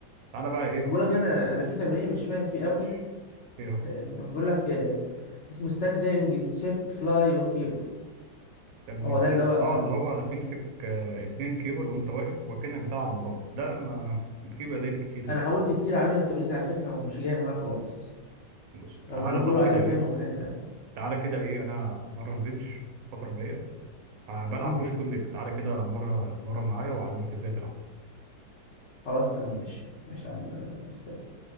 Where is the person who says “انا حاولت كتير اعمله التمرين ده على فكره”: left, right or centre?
Left